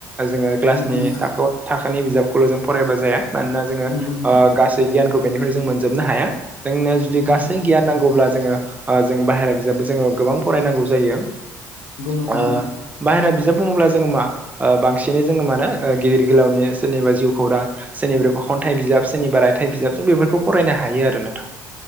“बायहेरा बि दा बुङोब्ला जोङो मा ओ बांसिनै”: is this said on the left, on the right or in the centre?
Right